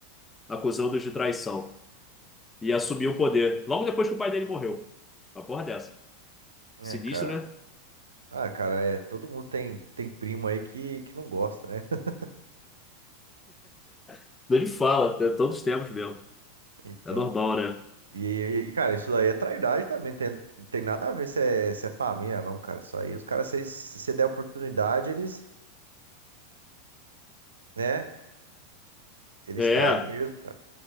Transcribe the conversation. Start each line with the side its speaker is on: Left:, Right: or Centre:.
Left: acusando-os de traição. E assumiu o poder. Logo depois que o pai dele morreu. Uma porra dessa.
Right: É,
Left: Sinistro,
Right: cara.
Left: né?
Right: Ah, cara, é, todo mundo tem, tem primo aí que, que não gosta, né? <laughs>
Left: <laughs> Ele fala, é todos os tempos mesmo.
Right: Então,
Left: É normal, né?
Right: e, e, cara, isso daí é trairagem também, tem, não tem nada a ver se é, se é família, não, cara. Isso aí, os caras, se, se você der oportunidade, eles, né, eles
Left: É,
Right: traem mesmo, cara.